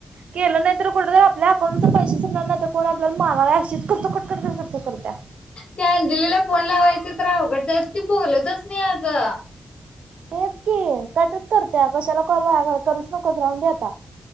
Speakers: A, on the right; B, on the left.
A: केलं नाही तर, कुठ आपल्या अकाऊंट तर पैसे संपणार नाही तस, कोण आपल्याला मारालाय अशी करतिया, कटकट कट करतीया
B: त्या अंजलीला फोन लावायचे तर अवघडचं हाय ती बोलतचं‍ मी आगं
A: हेच की, कटच करतिया कशाला काॅल वाया घालायचा, करूच नकोस राहून दे आता